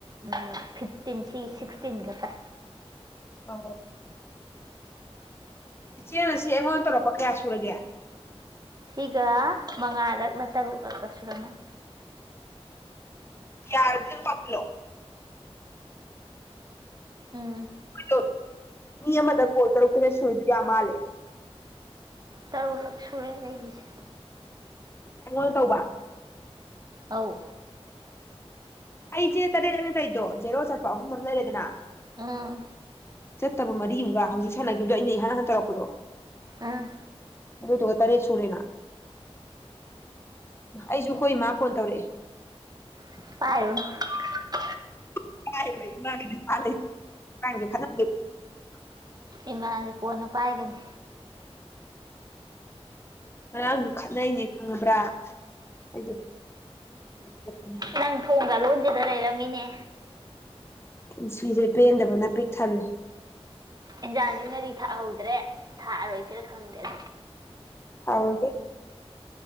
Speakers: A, on the right (about 40°); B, on the left (about 25°).
A: ꯎꯝ ꯐꯤꯞꯇꯤꯟ ꯁꯤ ꯁꯤꯛꯁꯇꯤꯟ ꯈꯛꯇ
B: <inaudible> ꯏꯆꯦꯅ ꯉꯁꯤ ꯑꯩꯉꯣꯟꯗ ꯇꯧꯔꯛꯄ ꯀꯌꯥ ꯁꯨꯔꯒꯦ
A: ꯁꯤꯒ ꯃꯉꯥꯔꯛꯂ ꯇꯔꯨꯛꯂꯛꯂ ꯁꯨꯔꯝꯃꯅꯤ
B: ꯌꯥꯔꯗꯤ ꯗꯨꯝ ꯇꯧꯁꯤꯜꯂꯣ
A: ꯎꯝ
B: <unintelligible> ꯃꯤ ꯑꯃꯗ ꯀꯣꯜ ꯇꯔꯨꯛ ꯇꯔꯦꯠ ꯁꯨꯔꯗꯤ ꯌꯥ ꯃꯥꯜꯂꯦ
A: ꯇꯔꯨꯛꯂꯛ <unintelligible>
B: ꯑꯩꯉꯣꯟ ꯇꯧꯕ
A: ꯑꯧ
B: ꯑꯩ ꯆꯦ ꯇꯔꯦꯠ ꯂꯛꯅꯦ ꯇꯧꯔꯤꯗꯣ ꯖꯦꯔꯣ ꯆꯠꯄ ꯑꯍꯨꯝꯃ ꯂꯩꯔꯦꯗꯅ
A: ꯎꯝ
B: ꯆꯠꯇꯕ ꯃꯔꯤꯑꯝꯒ ꯍꯧꯖꯤꯛ ꯁꯥꯟꯅꯈꯤꯕꯗꯣ ꯑꯩꯅ ꯏꯍꯥꯟ ꯍꯥꯟ ꯇꯧꯔꯛꯄꯗꯣ
A: ꯎꯝ
B: ꯑꯗꯨꯗꯨꯒ ꯇꯔꯦꯠ ꯁꯨꯔꯦꯅ ꯑꯩꯁꯨ ꯍꯣꯏ ꯃꯥ ꯐꯣꯟ ꯇꯧꯔꯛꯑꯦ
A: <unintelligible>
B: <unintelligible>
A: ꯏꯃꯥꯗꯤ ꯀꯣꯟꯅ ꯄꯥꯏꯒꯅꯤ
B: ꯉꯔꯥꯡꯁꯨ ꯈꯠꯅꯩꯅꯦ ꯈꯪꯉꯕ꯭ꯔꯥ ꯑꯩꯗꯤ ꯄꯦꯜꯕꯅꯤ
A: ꯅꯪ ꯊꯣꯡꯒ ꯂꯣꯟꯖꯤꯜꯂ ꯂꯩꯔꯝꯃꯤꯅꯦ
B: ꯄꯨꯟꯁꯤꯁꯦ ꯄꯦꯟꯗꯕꯅ ꯄꯤꯛ ꯊꯜꯂꯦ
A: ꯏꯟꯖꯥꯡꯁꯦ ꯉꯥꯔꯤ ꯊꯥꯛꯍꯧꯗ꯭ꯔꯦ ꯊꯥꯛꯑꯔꯣꯏꯁꯤꯔꯥ ꯈꯪꯗꯦ ꯑ
B: ꯁꯥꯎꯔꯣꯏꯍꯦ